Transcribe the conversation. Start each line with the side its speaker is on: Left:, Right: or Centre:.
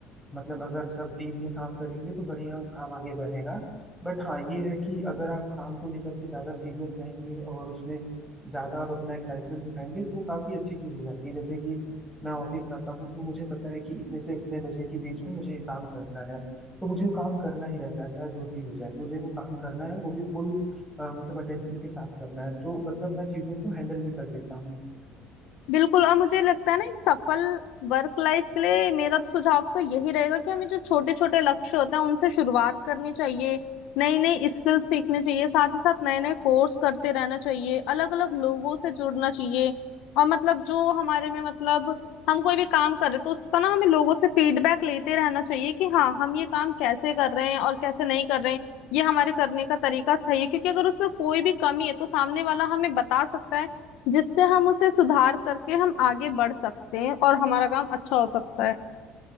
Centre: मतलब अगर सब टीम में काम करेंगे तो बढ़िया काम आगे बढ़ेगा बट हाँ ये है कि अगर आप काम को लेकर के ज्यादा सीरियस रहेंगे और उसमें ज्यादा आप अपना एक्साइटमेंट दिखाएंगे तो वो काफी अच्छी चीज हो जाती है जैसे कि मैं ऑफिस जाता हूँ तो मुझे पता है कि इतने से इतने बजे के बीच में मुझे ये काम करना है तो मुझे वो काम करना ही रहता है चाहे जो भी हो जाए मुझे वो काम करना है वो भी फुल अ, मतलब अटेंशन के साथ करना है तो मतलब मैं चीज़ों को हैंडल भी कर लेता हूँ
Left: बिल्कुल और मुझे लगता है ना एक सफल वर्क लाइफ के लिए मेरा तो सुझाव तो यही रहेगा कि हमें जो छोटे छोटे लक्ष्य होते हैं उनसे शुरुआत करनी चाहिए नई नई स्किल सीखनी चाहिए साथ ही साथ नए नए कोर्स करते रहना चाहिए अलग अलग लोगों से जुड़ना चाहिए और मतलब जो हमारे में मतलब हम कोई भी काम कर रहे हैं तो उसका ना हमें लोगों से फीडबैक लेते रहना चाहिए कि हाँ हम ये काम कैसे कर रहे हैं और कैसे नहीं कर रहे हैं ये हमारे करने का तरीका सही है क्योंकि अगर उसमें कोई भी कमी है तो सामने वाला हमें बता सकता है जिससे हम उसे सुधार करके हम आगे बढ़ सकते हैं और हमारा काम अच्छा हो सकता है